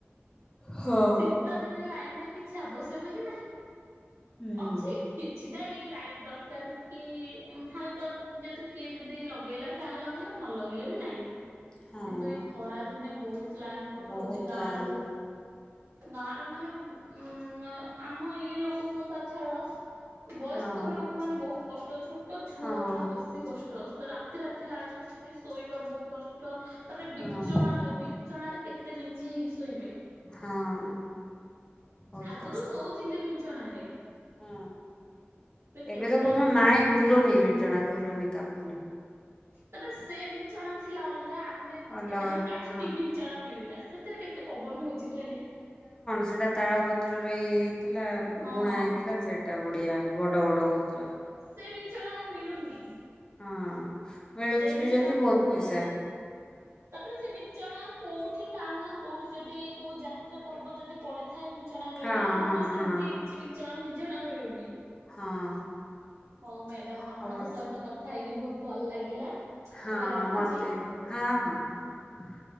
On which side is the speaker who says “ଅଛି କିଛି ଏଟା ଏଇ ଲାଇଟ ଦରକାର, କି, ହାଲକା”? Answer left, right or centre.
Right